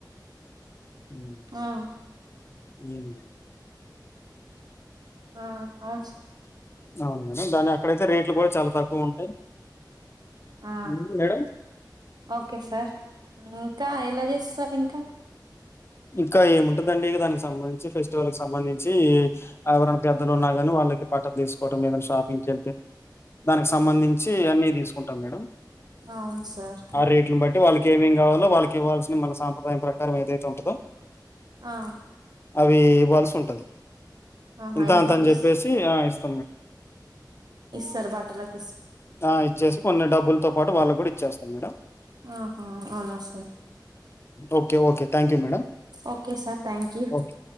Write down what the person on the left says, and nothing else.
మ్
ఉమ్
అవును మేడం దానే ఇట్ల కూడా చాలా తక్కువ ఉంటాయి
మ్ మేడం
ఇంకా ఏముంటందండి దానికి సంబంధించి, ఫెస్టివల్ సంబంధించి ఎవరైనా పెద్దలు ఉన్నా కాని వా ఒళ్ళకి బట్టలు తీసుకోటం ఎమైనా షాపింకెళ్తే దానికి సంబంధించి అన్ని తీసుకుంటాం మేడం.
ఆ రేట్లను బట్టి వాళ్ళకి ఏమేమ్ కావాలో వాళ్ళక్ కివ్వాల్సిన మన సాంప్రదాయం ప్రకారం ఏదైతె ఉంటదో
అవి ఇవ్వాల్సిన సుంటది
ఇంత
అంత అని చెప్పేసి
ఆ ఇస్త్
ఆ ఇచ్చేసి కొన్ని డబ్బులతో పాటు వాళ్ళకి కూడా ఇచ్చేస్తాను మేడం.
okay okay thank you madam
okay